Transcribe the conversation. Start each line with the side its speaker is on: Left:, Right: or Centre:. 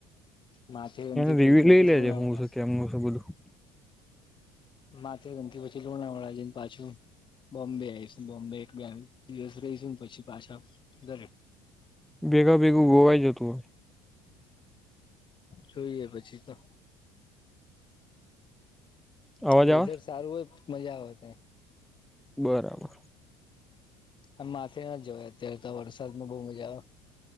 Left: માથેરાન થી
Centre: એવી
Left: પછી ત્યાંથી
Centre: લઈ લેજે
Left: લોનાવાલા
Centre: હું છે કેમનું છે બધું?
Left: માથેરાન થી પછી લોણાવાળા જઈને પાછું બોમ્બે આવીશું બોમ્બે એક બે દિવસ રહીશું ને પછી પાછા ઘરે
Centre: ભેગા ભેગું ગોવા જતુ હોય.
Left: જોઈએ પછી તો
Centre: અવાજ
Left: ત્યાં વેધર
Centre: આવે
Left: સારું હોય મજા આવે તા.
Centre: બરાબર.
Left: હા માથેરાન જવાય અત્યારે તો વરસાદમાં બો મજા આવે.